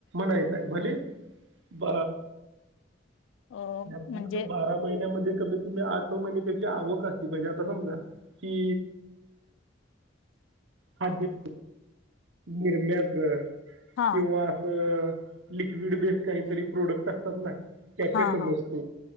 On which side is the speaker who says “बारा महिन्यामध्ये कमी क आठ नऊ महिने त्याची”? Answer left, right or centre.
Right